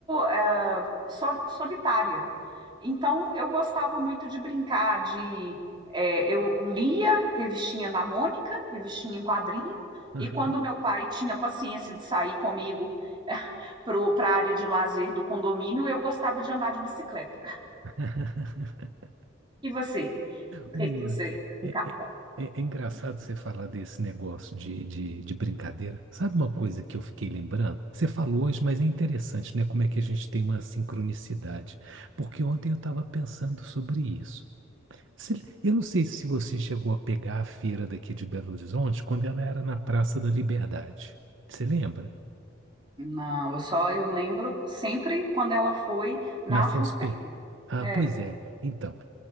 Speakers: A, on the right; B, on the right.
A: ah, sol- solitária. Então, eu gostava muito de brincar de. é, eu lia revistinha da Mônica, revistinha em quadrinho,
B: aham.
A: e quando meu pai tinha paciência de sair comigo <laughs> para a área de lazer do condomínio, eu gostava de andar de bicicleta.
B: <laughs>
A: E você? O que
B: Ô, menina,
A: que você brincava?
B: é, é- é- é engraçado você falar desse negócio de, de, de brincadeira. Sabe uma coisa que eu fiquei lembrando? Você falou hoje, mas é interessante, né? Como é que a gente tem uma sincronicidade. Porque ontem eu estava pensando sobre isso. Se- Eu não sei se você chegou a pegar a feira daqui de Belo Horizonte quando ela era na Praça da Liberdade. Você lembra?
A: Não, eu só eu lembro sempre quando ela foi na
B: Na FOSP?
A: Afonso Pena.
B: Ah,
A: É,
B: pois é. Então,